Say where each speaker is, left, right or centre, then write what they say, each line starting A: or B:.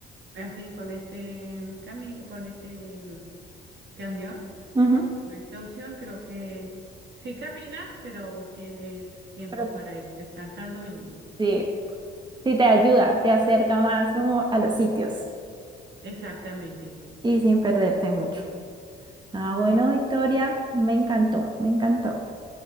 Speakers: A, on the right; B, on the right.
A: Así, con este camino, con este mm, camión,
B: Ujú.
A: con esta opción, creo que sí caminas, pero tienes tiempo
B: pero
A: para ir descansando y
B: sí, sí te ayuda, te acerca más como a los sitios
A: exactamente.
B: y sin perderte mucho. Ah, bueno, Victoria, me encantó, me encantó.